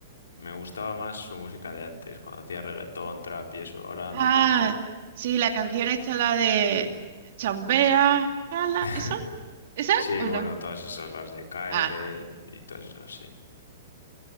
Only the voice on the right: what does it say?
Ah,
sí, la canción esta, la de Chambea, ala,
¿esa? ¿Esa
o
no?
Ah,